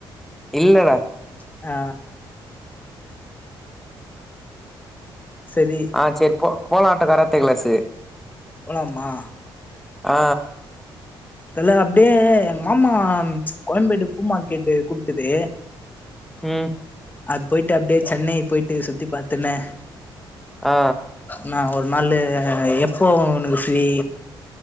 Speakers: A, in the centre; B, on the left.
A: இல்லடா
B: ஆ செரி
A: ஆ செரி போ போலாட்ட கராத்தே கிளாசு
B: போலாமா
A: ஆ
B: அல அப்டியே எங் மாமா கோயம்பேடு பூ மார்க்கெட்டு கூப்ட்டது
A: ம்
B: அது போய்ட்டு அப்டியே சென்னை போய்ட்டு சுத்தி பாத்துன்னு
A: ஆ
B: நா ஒரு நாளு எப்போ உனக்கு ஃப்ரீ